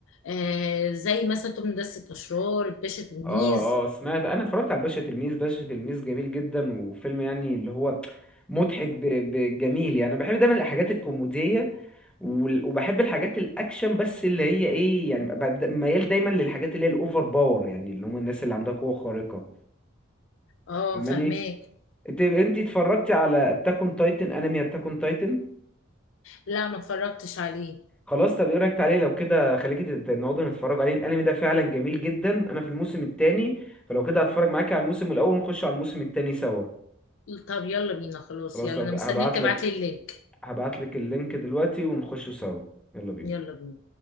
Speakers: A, on the left; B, in the centre.
A: آه، زي مثلا توم دسة اشرار الباشا تلميذ
B: اه اه سمعت انا اتفرجت على باشا تلميذ باشا تلميذ جميل جدا وفيلم يعني اللي هو مضحك ب- بجميل يعني انا بحب دايما الحاجات الكوميدية وال- وبحب الحاجات الاكشن بس اللي هي ايه يعني ببقى د- ميال دايما للحاجات اللي هي الاوفر باور يعني اللي هم الناس اللي عندها قوة خارقة
A: اه
B: فاهماني
A: فهماك
B: انت انت اتفرجتي على اتاك اون تايتن انمي اتاك اون تايتن
A: لا ما اتفرجتش عليه
B: خلاص طب ايه رايك تعالي لو كده خليكي تت- نقعدوا نتفرجوا عليه الانمي ده فعلا جميل جدا انا في الموسم التاني فلو كده هتفرج معاكي على الموسم الاول ونخش على الموسم التاني سوا
A: طب يلا بينا خلاص
B: خلاص
A: يلا
B: لو
A: انا مستنياك
B: هبعت
A: تبعت
B: لك
A: لي اللينك
B: هبعت لك اللينك دلوقتي ونخشه سوا يلا بينا
A: يلا بينا